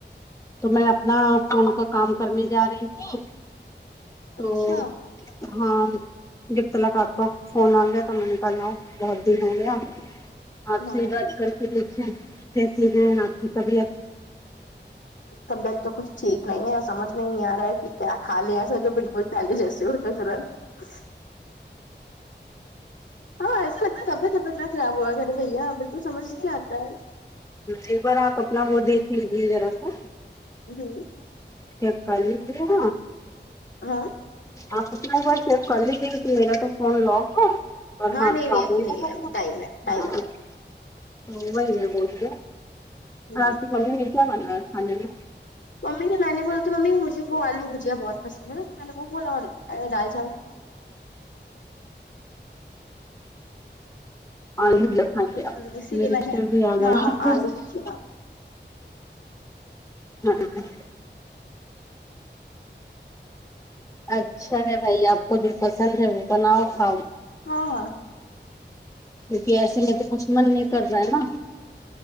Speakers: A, on the left; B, on the left.
A: تو میں اپنا فون کا کام کرنے جا رہی تھی تو
B: اچھا
A: ہاں جب تلک آپ کو فون آ گیا تو میں نے کہا لا بہت دن ہو گیا آپ
B: ہاں
A: سے ہی بات کر کے دیکھیں کیسی ہیں آپ کی طبیعت
B: طبیعت تو کچھ ٹھیک نہیں ہے سمجھ میں نہیں آ رہا ہے کہ کیا کھ لے ایسا جو بالکل پہلے جیسے ہوتا سرت <unintelligible> طبعت طبعت نہ خراب ہوا کرے بھیا بالکل سمج نہیں آتا ہے
A: ایک بار آپ اپنا وہ دیکھ لیجیے ذرا سا
B: ہوں
A: کیا <unintelligible>
B: ہاں
A: آپ اپنا ایک بار چیک کر لیجیے کہ میرا تو فون لاک ہے اور
B: ہاں
A: ہات
B: نہیں
A: <unintelligible>
B: نہیں ابھی نہیں ہے ٹائم ہے ٹائم ہے
A: تو وہی ہے بول رہ اور
B: ٹائم
A: آپ کی مممی نے کیا بنایا کھانے میں
B: ممی نے میں نے بولا تو ممی مجھے وہ آلو بھجیا بہت پسند ہے نا تو میں نے وہ بولا اور دال چاول
A: <unintelligible>
B: ہ اسی لیے میں نے ہاں آلو بھجیا
A: ہاں <inaudible> اچھا ہے بھائی آپ کو جو پسند ہے وہ بناؤ کھاؤ
B: ہاں
A: کیونکہ ایسے میں تو کچھ من نہیں کر رہا ہے نا